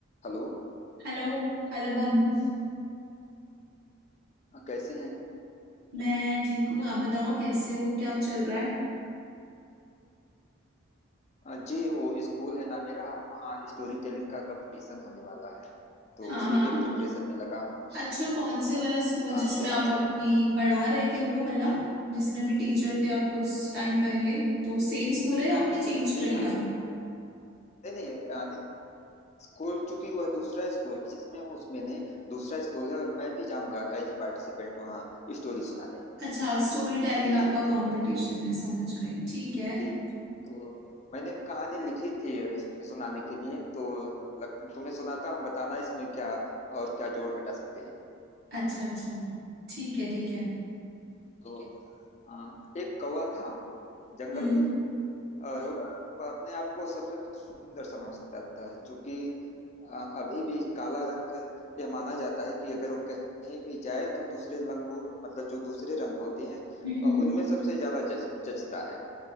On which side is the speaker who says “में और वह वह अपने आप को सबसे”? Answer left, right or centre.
Left